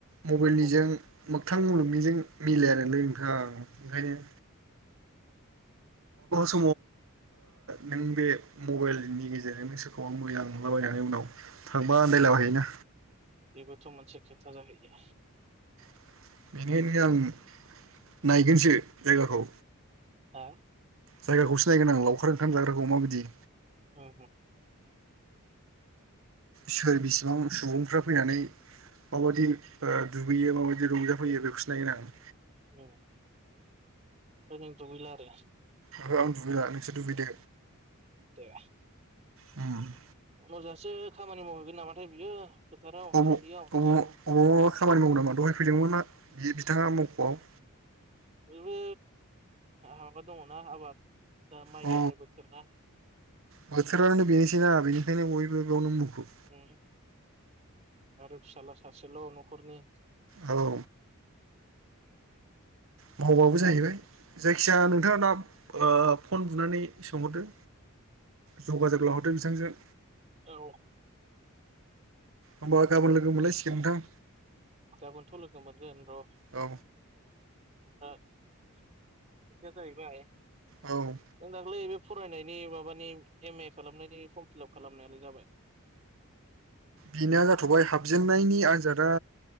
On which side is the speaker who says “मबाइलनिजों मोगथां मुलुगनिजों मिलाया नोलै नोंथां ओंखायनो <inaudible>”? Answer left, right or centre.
Right